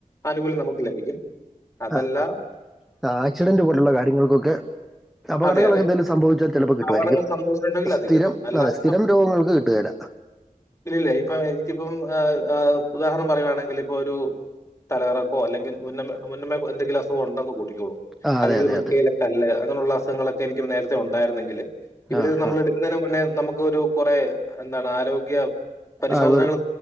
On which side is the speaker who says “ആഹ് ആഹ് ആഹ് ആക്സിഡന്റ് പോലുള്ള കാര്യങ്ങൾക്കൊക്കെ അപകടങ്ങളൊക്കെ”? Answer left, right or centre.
Centre